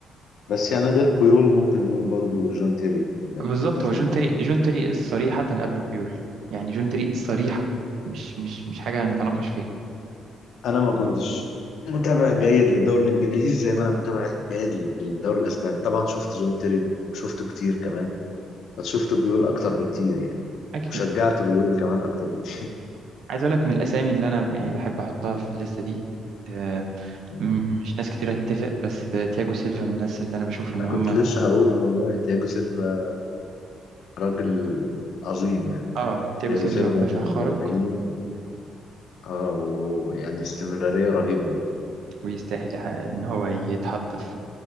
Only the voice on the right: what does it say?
بالظبط
هو جون تيري
جون تيري صريحة قبله بيول يعني جون تيري صريحة مش مش مش حاجة نتناقش فيها
أكيد
عايز أقول لك من الأسامي اللي أنا يعني بحب أحطها في الليستة دي آه،
م- مش ناس كتير هتتفق بس تياجو سيلفا من الناس اللي انا بشوف ان
هم
اه تياجو
سيلفا
مدافع
خارق
ويستاهل ح- ان هو يتحط في